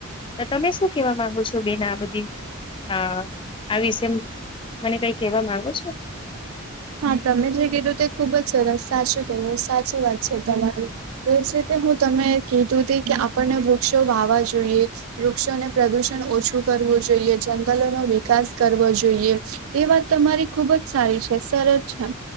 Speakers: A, on the left (about 25°); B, on the right (about 80°).
A: તો તમે શું કેવા માંગો છો બેન આ બધી હા, આ વિશે મને કઈ કહેવા માંગો છો?
B: હા તમે જે કીધું તે ખુબ જ સરસ સાચું કરું સાચી વાત છે તમારી. તે જ રીતે હું તમે કીધું ત કે આપણને વૃક્ષો વાહવા જોઈએ. વૃક્ષોને પ્રદુષણ ઓછું કરવુ. જોઈએ જંગલો નો વિકાસ કરવો જોઈએ. તે વાત તમારી ખુબ જ સારી છે. સરસ છે.